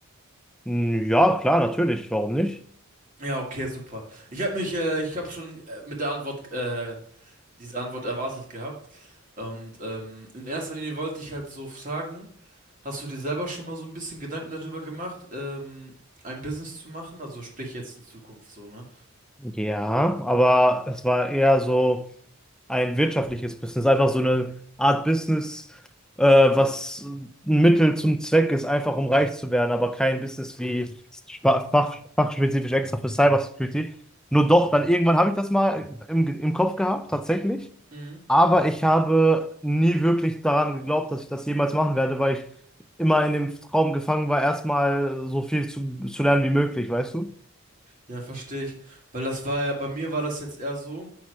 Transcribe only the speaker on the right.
Ja, okay, super. Ich habe mich, äh, ich habe schon äh, mit der Antwort äh, diese Antwort erwartet gehabt. Und ähm, in erster Linie wollte ich halt so fragen, hast du dir selber schon mal so ein bisschen Gedanken darüber gemacht, ähm, ein Business zu machen? Also sprich jetzt in Zukunft so, ne?
Mhm.
Ja, verstehe ich. Weil das war ja, bei mir war das jetzt eher so,